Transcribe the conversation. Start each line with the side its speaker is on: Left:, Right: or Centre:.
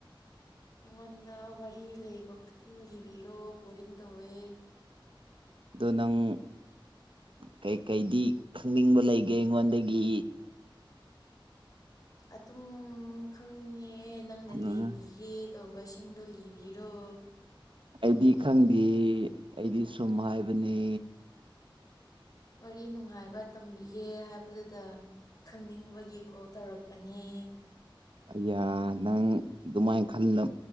Left: ꯅꯉꯣꯟꯗ ꯋꯥꯔꯤ ꯂꯩꯕ ꯈꯨꯗꯤꯡ ꯂꯤꯕꯤꯔꯣ ꯕꯣꯔꯤꯡ ꯇꯧꯋꯦ
Right: ꯑꯗꯣ ꯅꯪ ꯀꯩ ꯀꯩꯗꯤ ꯈꯪꯅꯤꯡꯕ ꯂꯩꯒꯦ ꯑꯩꯉꯣꯟꯗꯒꯤ
Left: ꯑꯗꯨꯝ ꯈꯪꯅꯤꯡꯉꯦ ꯅꯪꯅ
Right: ꯎꯝ
Left: ꯂꯤꯕꯤꯒꯦ ꯇꯧꯕꯁꯤꯡꯗꯣ ꯂꯤꯕꯤꯔꯣ
Right: ꯑꯩꯗꯤ ꯈꯪꯗꯦ ꯑꯩꯗꯤ ꯁꯨꯝ ꯍꯥꯏꯕꯅꯤ
Left: ꯋꯥꯔꯤ ꯅꯨꯡꯉꯥꯏꯕ ꯇꯝꯕꯤꯒꯦ ꯍꯥꯏꯕꯗꯨꯗ ꯈꯪꯅꯤꯡꯕꯒꯤ ꯀꯣꯜ ꯇꯧꯔꯛꯄꯅꯦ
Right: ꯌꯥ ꯅꯪ ꯑꯗꯨꯃꯥꯏꯅ